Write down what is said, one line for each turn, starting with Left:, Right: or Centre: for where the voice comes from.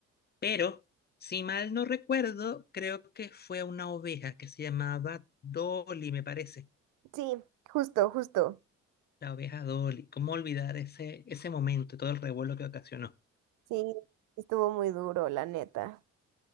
Left: pero si mal no recuerdo, creo que fue una oveja que se llamaba Dolly, me parece.
Right: Sí, justo, justo.
Left: La oveja Dolly. ¿Cómo olvidar ese, ese momento y todo el revuelo que ocasionó?
Right: Sí, estuvo muy duro, la neta.